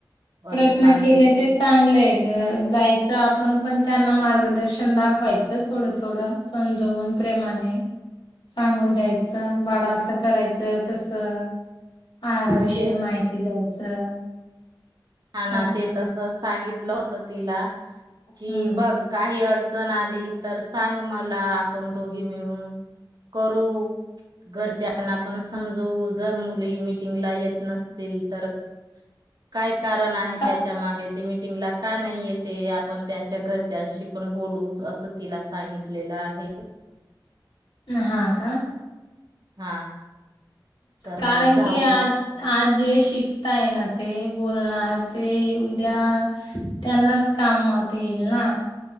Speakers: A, on the left; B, on the right.
A: प्रयत्न
B: असं सांगत
A: केले
B: होतो
A: ते चांगलेय गं जायचं आपण पण त्यांना मार्ग दर्शन दाखवायचं थोडं थोडं समजवून प्रेमाने सांगून द्यायचं बाडा असं करायचं तस आहाराविषयी
B: तेच
A: माहिती द्यायचं.
B: हा ना
A: असं
B: ते तस सांगितलं होत तिला कि
A: हम्म
B: बघ काही अडचण आली तर तर सांग मला आपण दोघी मिळून करू घरच्यांना आपण समजवू जर मुली मिटिंगला येत नसतील तर काय कारण आहे
A: का-
B: त्याच्या मागे ते मीटिंगला का नाही येतेय आपण त्यांच्या घरच्यांशी पण बोलू असं तिला सांगितलेलं आहे.
A: हा का
B: हा तर
A: कारण
B: मग जाऊ
A: की आज आज जे शिकताय ना ते बोलणार ते उद्या त्यांनाच कामात येईल ना?